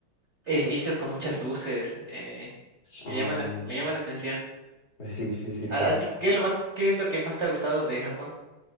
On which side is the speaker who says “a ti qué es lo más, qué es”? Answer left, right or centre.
Right